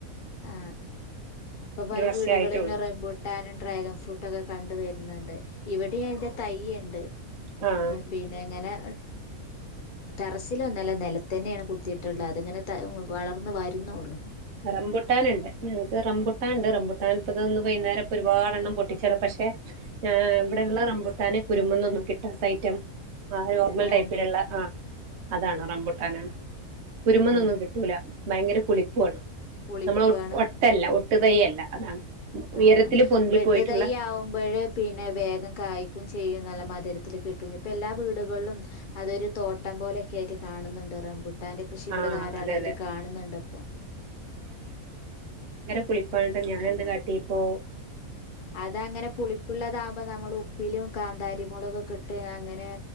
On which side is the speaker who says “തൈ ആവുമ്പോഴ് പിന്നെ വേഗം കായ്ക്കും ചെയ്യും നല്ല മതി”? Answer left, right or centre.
Left